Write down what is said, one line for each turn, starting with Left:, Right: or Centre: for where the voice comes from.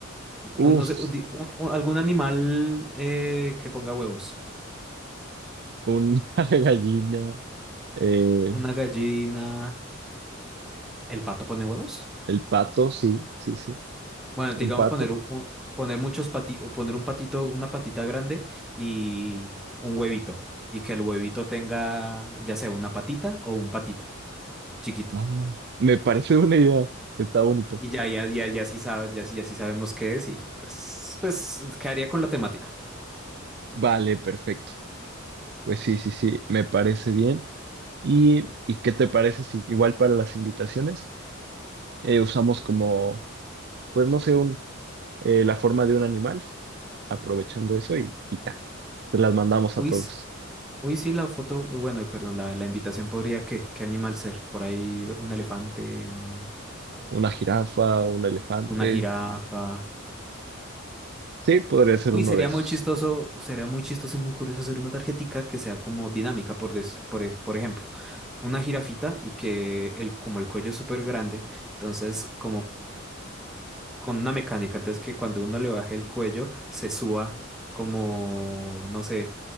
Centre: un-
Right: Uf,
Centre: no sé, un di- un- un- algún animal eh, que ponga huevos.
Right: una <laughs> gallina, eh,
Centre: Una gallina. ¿El pato pone huevos?
Right: el pato, sí, sí, sí.
Centre: Bueno, digamos
Right: un pato.
Centre: poner un, un- poner muchos pati, poner un patito, una patita grande y un huevito. Y que el huevito tenga ya sea una patita o un patito chiquito.
Right: No, me parece una idea. Está bonito.
Centre: Y ya, ya, ya, ya sí sabe, ya sí, ya sí sabemos qué es y pues, pues quedaría con la temática.
Right: Vale, perfecto. Pues sí, sí, sí, me parece bien. ¿Y, y qué te parece si igual para las invitaciones eh, usamos como, pues no sé, un, eh, la forma de un animal, aprovechando eso y, y ya, se las mandamos
Centre: Uy,
Right: a todos.
Centre: s- uy, sí, la foto, uy, bueno, perdón, la, la invitación podría, ¿qué? ¿Qué animal ser? Por ahí un elefante, un,
Right: Una jirafa, un elefante.
Centre: una jirafa.
Right: Sí, podría ser
Centre: Uy,
Right: uno
Centre: sería
Right: de esos.
Centre: muy chistoso, sería muy chistoso y muy curioso hacer una tarjetica que sea como dinámica, por, des- por, ej- por ejemplo, una jirafita y que el, como el cuello es súper grande, entonces como con una mecánica, entonces que cuando uno le baje el cuello se suba como, no sé,